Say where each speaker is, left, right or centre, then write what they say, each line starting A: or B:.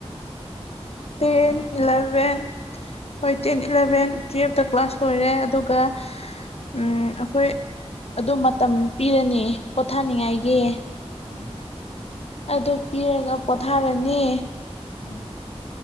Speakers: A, on the left; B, on the left.
A: ꯇꯦꯟ
B: ꯋꯥꯟ ꯑꯗꯥꯏꯗꯀꯣ
A: ꯏꯂꯥꯚꯦꯟ ꯍꯣꯏ ꯇꯦꯟ ꯏꯂꯥꯚꯦꯟ ꯇꯨꯌꯦꯞꯇ ꯀ꯭ꯂꯥꯁ ꯂꯣꯏꯔꯦ ꯑꯗꯨꯒ ꯎꯝ ꯑꯩꯈꯣꯏ ꯑꯗꯨ ꯃꯇꯝ ꯄꯤꯔꯅꯤ ꯄꯣꯊꯥꯅꯤꯡꯉꯥꯏꯒꯤ
B: ꯎꯝ
A: ꯑꯗꯨ ꯄꯤꯔꯒ ꯄꯣꯊꯥꯔꯅꯤ
B: ꯎꯝ